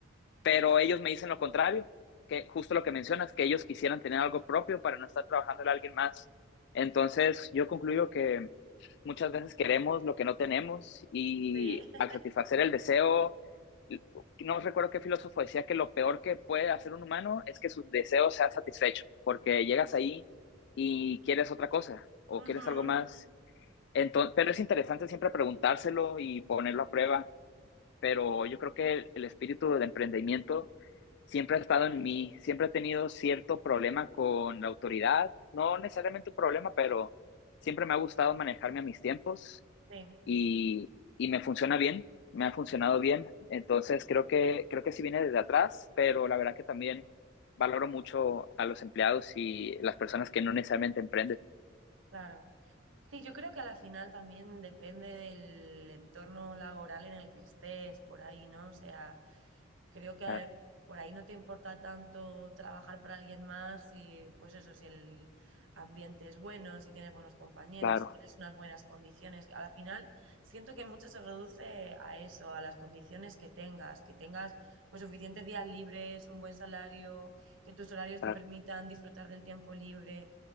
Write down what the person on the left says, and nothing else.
Pero ellos me dicen lo contrario, que justo lo que mencionas, que ellos quisieran tener algo propio para no estar trabajando a alguien más. Entonces, yo concluyo que muchas veces queremos lo que no tenemos y
al satisfacer el deseo, no recuerdo qué filósofo decía que lo peor que puede hacer un humano es que sus deseos sean satisfechos, porque llegas ahí y quieres otra cosa o
quieres algo más. Entonces, pero es interesante siempre preguntárselo y ponerlo a prueba pero yo creo que el, el espíritu del emprendimiento siempre ha estado en mí, siempre he tenido cierto problema con la autoridad, no necesariamente un problema, pero siempre me ha gustado manejarme a mis tiempos
y, y me funciona bien, me ha funcionado bien, entonces creo que, creo que sí viene desde atrás, pero la verdad que también valoro mucho a los empleados y las personas que no necesariamente emprenden.
Claro,
claro,
claro,